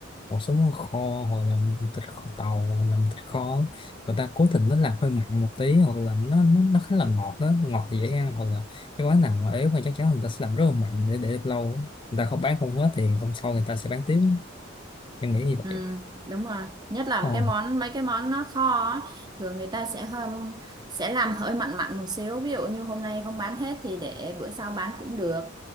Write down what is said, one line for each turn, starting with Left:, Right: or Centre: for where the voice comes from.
Left: một số món kho hoặc là thịt kho tàu hoặc là thịt kho người ta cố tình nó làm hơi mặn một tí hoặc là nó nó, nó khá là ngọt đó ngọt thì dễ ăn hoặc là cái quán nào mà ế mà chắc chắn người ta sẽ làm rất là mặn để để được lâu người ta không bán không hết thì hôm sau người ta sẽ bán tiếp em nghĩ như vậy
Right: Ừ, đúng rồi nhất là
Left: ồ
Right: cái món mấy cái món nó kho á, thường người ta sẽ hơn sẽ làm hơi mặn mặn một xíu ví dụ như hôm nay không bán hết thì để bữa sau bán cũng được